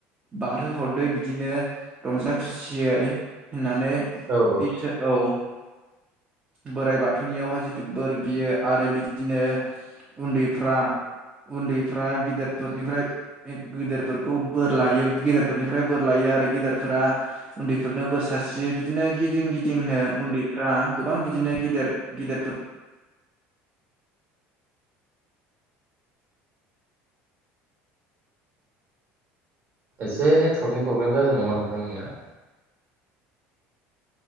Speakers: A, on the right; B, on the right.
A: बारहोहरदो बिदिनो रंजा खुसियै होननानै
B: औ
A: इसोर औ बोराइ बाथौनियावहाय जिथु बोर बियो आरो बिदिनो उन्दैफ्रा उन्दैफ्रा गेदेरफोरनिफ्राय गेदेरफोरखौ बोर लायो गेदेरफोरनिफ्राय बोर लायो आरो गेदेरफोरा उन्दैफोरनो बोर सारस्रियो बिदिनो गिदिं गिदिंनो उन्दैफ्रा गोबां बिदिनो गेदेर गेदेरफोर
B: एसे नेटवर्कनि प्रब्लेम जादों नामा नोंथां नोंनिया